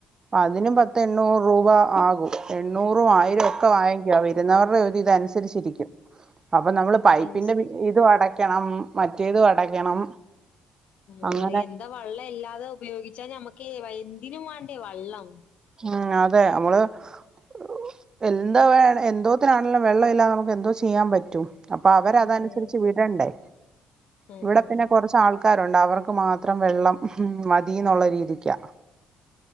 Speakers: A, on the right; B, on the left.
A: അതിനും പത്ത് എണ്ണൂറ് രൂപ ആകും എൺ എണ്ണൂറും ആയിരം
B: ഉം
A: ഒക്കെ വാങ്ങിക്കും അത് എന്നവരുടെ ഒരു ഇതനുസരിച്ചിരിക്കും. അപ്പൊ നമ്മള് പൈപ്പിന്റെ
B: അത് ശരി
A: പി ഇത് അടയ്ക്കും യ്ക്കണം, മറ്റേതും അടയ്ക്കണം.
B: ആ
A: അങ്ങനെ
B: എന്താ വള്ളം ഇല്ലാതെ ഉപയോഗിച്ചാ ഞമ്മക്കെ വൈൻ തിനും വേണ്ടേ വള്ളം
A: ഉ അതെ നമ്മള്, <unintelligible> എന്തോ വേണേ, എന്തോത്തിനാണേലും വെള്ളമില്ലാതെ നമ്മുക്ക് എന്തോ ചെയ്യാൻ പറ്റും. അപ്പൊ അവര് അതനുസരിച്ച്
B: അതെ
A: വിടണ്ടേ
B: ആഹ്
A: ഇവിടെ പിന്നെ കുറച്ച് ആൾ ആൾക്കാരുണ്ട്, അവർക്ക് മാത്രം വെള്ളം മതി എന്നുള്ള രീതിക്കാ